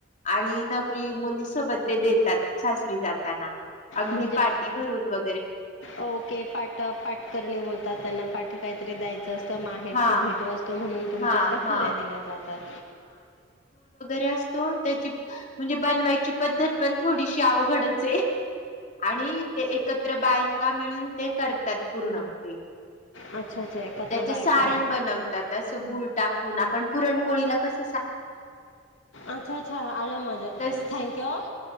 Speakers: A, on the left; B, on the left.
A: आणि नवरी मुली सोबत ते देतात सासरी जाताना अगदी
B: म्हणजे
A: पार्टी भरून व
B: ओके पाट पाटकर्णी बोलतात त्यांना पाठी काहीतरी द्यायचं जास्त माहेरची
A: हा
B: भेटवस्तू म्हणून तुमच्या
A: हा
B: त्या
A: हा
B: पुऱ्या दिल्या जातात
A: त्या म्हणज बवा पद्धत पण थोडीशी अवघड आहे आणि ते एकत्र बायका मिळून ते करतात पूर्ण ते
B: अच्छा अच्छा एकत्र
A: त्याच
B: बायका
A: सारण बनवतात असं गुळ टाकून आपण पुरणपोळीला कस
B: अच्छा अच्छा आलं मजा
A: तस
B: थँक यू